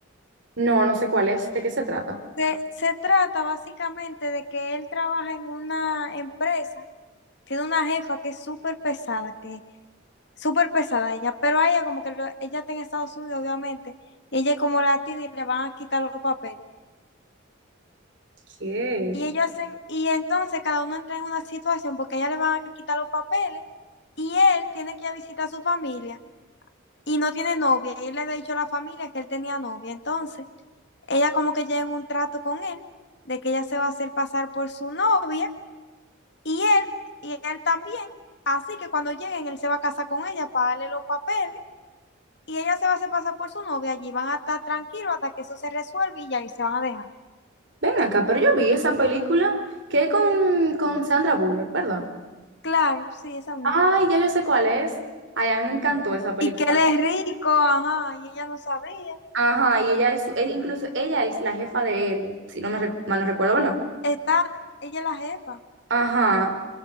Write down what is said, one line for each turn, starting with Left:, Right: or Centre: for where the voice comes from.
Right: No, no sé cuál es. ¿De qué se trata?
Left: Se, se trata básicamente de que él trabaja en una empresa. Tiene una jefa que es súper pesada, que súper pesada ella, pero a ella como que lo- ella está en Estados Unidos, obviamente, y ella es como latina y le van a quitar los papeles.
Right: ¿Qué?
Left: Y ellos hacen, y entonces cada uno entra en una situación porque a ella le van a quitar los papeles y él tiene que ir a visitar a su familia y no tiene novia. Y él le había dicho a la familia que él tenía novia. Entonces, ella como que llega en un trato con él de que ella se va a hacer pasar por su novia Y él, y él también, así que cuando lleguen, él se va a casar con ella para darle los papeles y ella se va a hacer pasar por su novia. Allí van a estar tranquilos hasta que eso se resuelve y ya y se van a dejar.
Right: Ven acá, pero yo vi esa película que es con, con Sandra Bullock, ¿verdad?
Left: Claro, sí, esa misma.
Right: Ay, ya yo sé cuál es. Ay, a mí me encantó esa película.
Left: Y que él es rico, ajá, y ella no sabía.
Right: Ajá, y ella es, su- e- incluso ella es la jefa de él, si no me re- mal no recuerdo, ¿verdad?
Left: Está, ella es la jefa.
Right: Ajá.